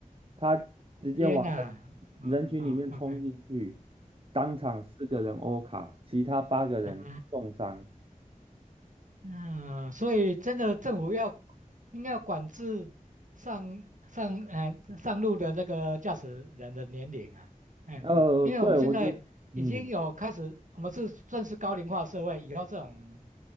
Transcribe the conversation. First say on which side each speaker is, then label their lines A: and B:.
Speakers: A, on the right (about 40°); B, on the right (about 65°).
A: 他直接往人
B: 天哪，啊啊
A: 人群里面冲进去，
B: o k
A: 当场四个人欧卡，其他八个人重伤。
B: 啊嗯，所以真的政府要应该要管制上上呃上路的那个驾驶人的年龄啊，哎，
A: 呃，
B: 因为我们现在已经有开始，
A: 对，我觉得，嗯，
B: 我们是算是高龄化社会，以后这种